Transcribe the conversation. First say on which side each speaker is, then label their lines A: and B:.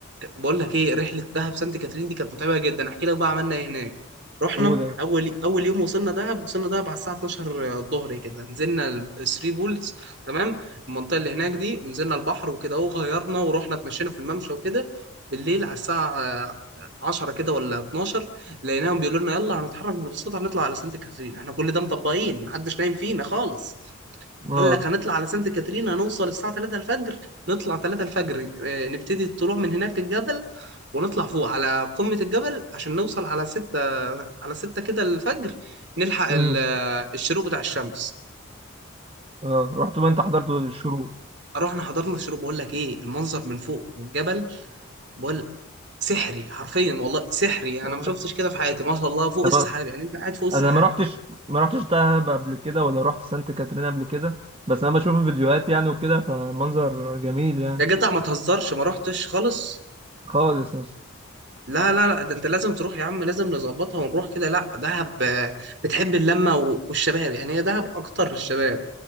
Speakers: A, on the right; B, on the right.
A: بقول لك ايه رحله دهب سانت كاترين دي كانت متعبه جدا احكي لك بقى عملنا ايه هناك رحنا
B: قول يا باشا.
A: اول اول يوم وصلنا دهب وصلنا دهب على الساعه 12 الظهر كده نزلنا الثري بولز تمام المنطقه اللي هناك دي ونزلنا البحر وكده وغيرنا ورحنا اتمشينا في الممشى وكده بالليل على الساعه 10 كده ولا 12 لقيناهم بيقولوا لنا يلا هنتحرك بالبساطه هنطلع على سانت كاترين احنا كل ده مطبقين محدش نايم فينا خالص
B: اه
A: قال لك هنطلع على سانت كاترين هنوصل الساعة 3 الفجر نطلع 3 الفجر آه، نبتدي الطلوع من هناك الجبل ونطلع فوق على قمة الجبل عشان نوصل على 6 على 6 كده الفجر نلحق ال-
B: امم
A: آه، الشروق بتاع الشمس
B: اه رحت بقى انت حضرت الشروق
A: رحنا حضرنا الشروق بقول لك ايه المنظر من فوق الجبل بقول سحري حرفيا والله سحري انا
B: انا
A: ما شفتش كده في حياتي ما شاء الله فوق
B: بقى-
A: السحاب يعني انت قاعد فوق السحاب
B: أنا ما رحتش ما رحتش دهب قبل كده ولا رحت سانت كاترين قبل كده بس انا بشوف الفيديوهات يعني وكده فالمنظر جميل يعني
A: يا جدع ما تهزرش ما رحتش خالص
B: خالص يا اسطى
A: لا لا لا ده انت لازم تروح يا عم لازم نظبطها ونروح كده لا دهب آه، بتحب اللمه و- والشباب يعني هي دهب اكتر للشباب